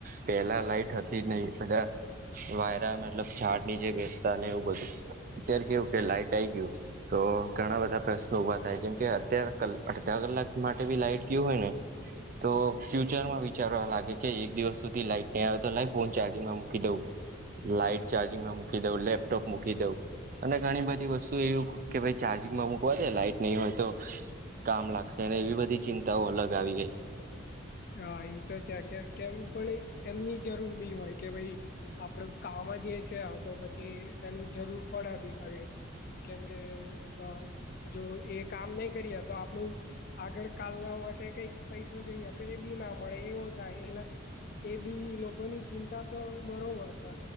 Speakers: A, on the right; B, on the left.
A: પેલા લાઈટ હતી નહી, બધા વાયરા મતલબ ઝાડ નીચે બેસતા એવું બધું અત્યારે કેવું કે લાઈટ આઈ ગયું. તો ઘણા બધા પ્રશ્નો ઊભા થાય જેમ કે અત્યાર અડધા કલાક માટે બી લાઈટ ગયું હોય ને, તો ફ્યુચરમાં ભી વિચારવા લાગે કે એક દિવસ સુધી લાઈટ નહી આવે તો લાય ફોન ચાજિંગ માં મૂકી દઉ. લાઈટ ચાર્જિંગમાં મૂકી દઉં, લેપટોપ મૂકી દઉં, અને ઘણી બધી વસ્તુ એવી કે ભાઈ ચાર્જિંગમાં મુૂકવા દે લાઈટ નહીં હોય તો, કામ લાગશે એવી બધી ચિંતાઓ અલગ આવી ગઈ.
B: હા એ તો છે કે કેમ પણ એમની જરૂર બી હોય કે ભાઈ આપડું કામ જે છે આ તો પછી એની જરૂર પડે ભી ખરી. કેમ કે અ જો એ કામ નહી કરે તો આપડું આગળ કાલના માટે કઈક પૈસો જોઈએ તો એ બી ના મળે એવો થાય એટલે એ બી લોકોની ચિંતા તો બરોબર છે.